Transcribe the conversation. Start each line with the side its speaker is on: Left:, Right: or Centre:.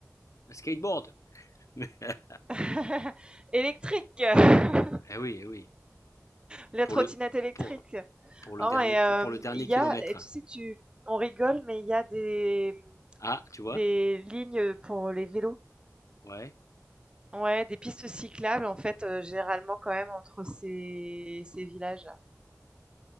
Left: un skateboard. <laughs>
Right: <laughs> Électrique! <laughs>
Left: Eh oui, eh oui.
Right: La
Left: Pour
Right: trottinette
Left: le,
Right: électrique!
Left: pour, pour le
Right: Oh
Left: dernier,
Right: et hem,
Left: pour le dernier
Right: il
Left: kilomètre.
Right: y a et tu sais que tu on rigole, mais il y a des
Left: Ah, tu vois?
Right: des lignes pour les vélos.
Left: Ouais,
Right: Ouais, des pistes cyclables en fait, heu, généralement quand même entre ces ces villages-là